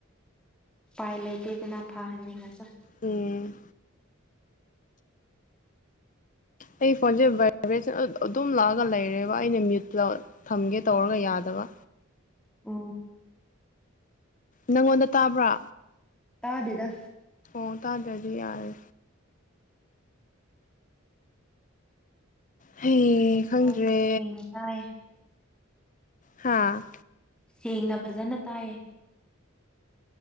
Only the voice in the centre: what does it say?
ꯎꯄꯥꯏ ꯂꯩꯇꯦꯗꯅ ꯐꯍꯟꯅꯤꯡꯉꯁ
ꯑ
ꯇꯥꯗꯦꯗ
ꯀꯩꯝ
ꯇꯥꯗꯦ ꯁꯦꯡꯅ ꯇꯥꯏꯌꯦ
ꯁꯦꯡꯅ ꯐꯖꯅ ꯇꯥꯏꯌꯦ